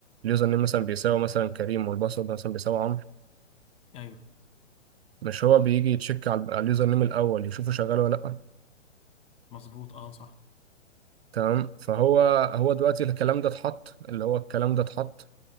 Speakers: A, on the right; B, on the left.
A: اليوزر نيم مثلا بيساوي مثلا كريم والباسورد مثلا بيساوي عمرو
B: ايوه
A: مش هو بيجي يتشيك على على اليوزر نيم الاول يشوفه شغال ولا لا
B: مظبوط اه صح
A: تمام فهو هو دلوقتي الكلام ده اتحط اللي هو الكلام ده اتحط